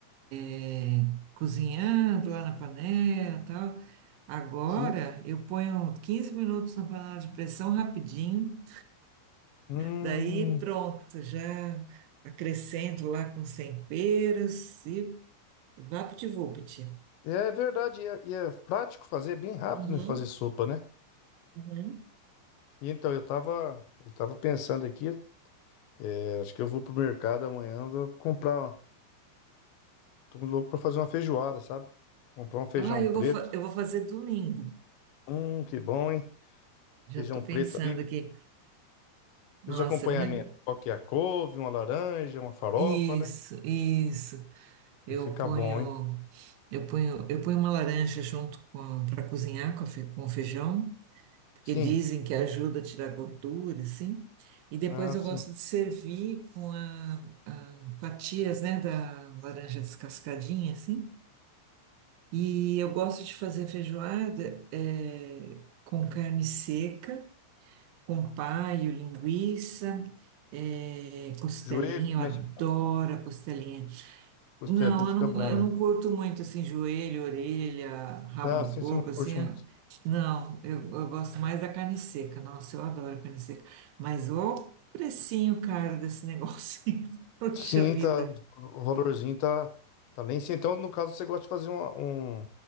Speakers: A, on the right; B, on the left.
A: é, cozinhando lá na panela, e tal. Agora
B: Sim.
A: eu ponho 15 minutos na panela de pressão rapidinho,
B: Hum,
A: daí pronto, já acrescento lá com os temperos e vapt-vupt.
B: é verdade, e é, e é prático fazer, é bem rápido,
A: Uhum,
B: né, fazer sopa, né?
A: uhum.
B: E então, eu tava, eu tava pensando aqui. É, Acho que eu vou pro mercado amanhã, vou comprar. Tô louco pra fazer uma feijoada, sabe? Comprar um feijão
A: Ah, eu
B: preto.
A: vou, fa- eu vou fazer domingo.
B: Hum, que bom, hein?
A: Já
B: Feijão
A: estou pensando
B: preto ali.
A: aqui. Nossa,
B: E os acompanhamentos?
A: mãe,
B: Qual que é a couve, uma laranja, uma farofa,
A: isso,
B: né?
A: isso.
B: Vai
A: Eu
B: ficar
A: ponho,
B: bom, hein?
A: eu ponho, eu ponho uma laranja junto com para cozinhar com, a fe- com o feijão, porque
B: Sim.
A: dizem que ajuda a tirar gordura, assim. E depois
B: Ah,
A: eu
B: sim.
A: gosto de servir com a, a fatias, né, da laranja descascadinha, assim. E eu gosto de fazer feijoada eh, com carne seca, com paio, linguiça, eh, costelinha.
B: Joelho também.
A: Eu adoro
B: você faz?
A: a costelinha.
B: Costelinha
A: Não,
B: fica
A: eu não,
B: bom,
A: eu
B: né?
A: não curto muito assim, joelho, orelha, rabo
B: Ah,
A: do
B: sim,
A: porco,
B: você não curte
A: assim. eu-
B: muito.
A: Não, eu, eu gosto mais da carne seca. Nossa, eu adoro carne seca. Mas o precinho, caro desse negócio. <laughs> Poxa
B: Sim,
A: vida.
B: tá. O valorzinho tá, tá lá em cima. Então, no caso, você gosta de fazer uma, um-